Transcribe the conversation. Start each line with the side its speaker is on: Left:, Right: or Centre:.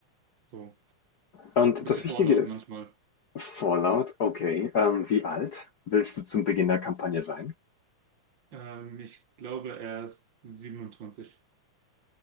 Right: so
Left: Und
Right: ein bisschen
Left: das
Right: vorlaut
Left: Wichtige ist,
Right: manchmal.
Left: Fallout, okay. Ähm, wie alt willst du zum Beginn der Kampagne sein?
Right: Ähm, ich glaube, er ist 27.